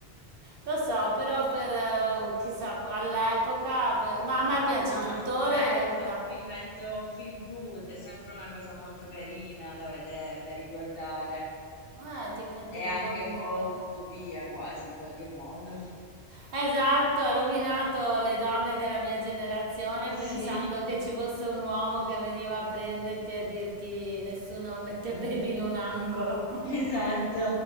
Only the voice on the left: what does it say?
No,
ma sì, certo,
è un filmetto, un feel good, è sempre una cosa molto carina da vedere, da riguardare.
È anche
un po' un'utopia quasi, in qualche modo.
<laughs>
Sì,
<laughs> esatto.